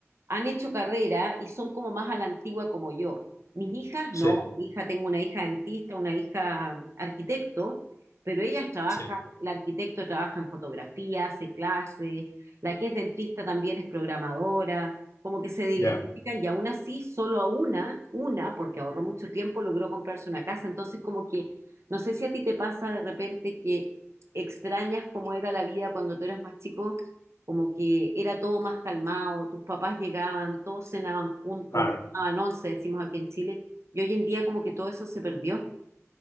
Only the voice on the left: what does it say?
sí.
Sí,
Ya,
claro.